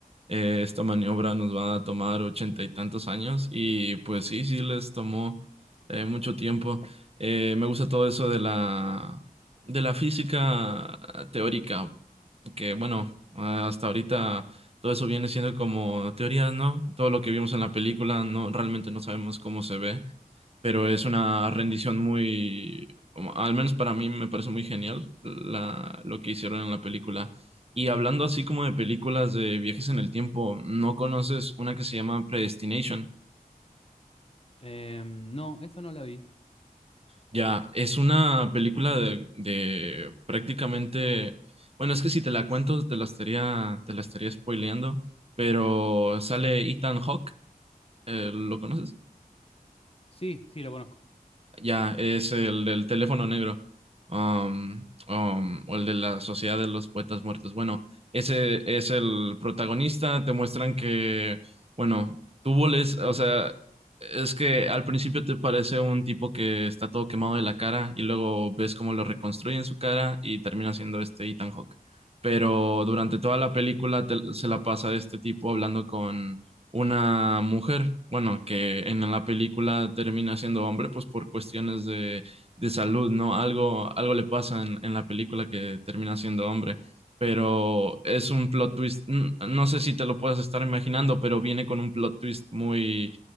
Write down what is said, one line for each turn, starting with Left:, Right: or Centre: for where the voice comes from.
Right: eh, esta maniobra nos va a tomar ochenta y tantos años y pues sí, sí les tomó eh, mucho tiempo. Eh, me gusta todo eso de la, de la física teórica, que bueno, hasta ahorita todo eso viene siendo como teorías, ¿no? Todo lo que vimos en la película, no, realmente no sabemos cómo se ve pero es una rendición muy como- al menos para mí me parece muy genial la, lo que hicieron en la película. Y hablando así como de películas de viajes en el tiempo, ¿no conoces una que se llama Predestination?
Left: Eh, no, esa no la vi.
Right: Ya, es una película de, de prácticamente, bueno, es que si te la cuento te la estaría, te la estaría spoileando, pero sale Ethan Hawke, eh, ¿lo conoces?
Left: Sí, sí, lo conozco.
Right: Ya, es el del teléfono negro. um, um, o el de la Sociedad de los Poetas Muertos. Bueno, ese es el protagonista. Te muestran que, bueno, tú voles, o sea, es que al principio te parece un tipo que está todo quemado de la cara y luego ves cómo lo reconstruyen su cara y termina siendo este Ethan Hawke. Pero durante toda la película te- se la pasa este tipo hablando con una mujer, bueno, que en la película termina siendo hombre, pues por cuestiones de, de salud, ¿no? Algo, algo le pasa en, en la película que termina siendo hombre, pero es un plot twist, mm, no sé si te lo puedes estar imaginando, pero viene con un plot twist muy,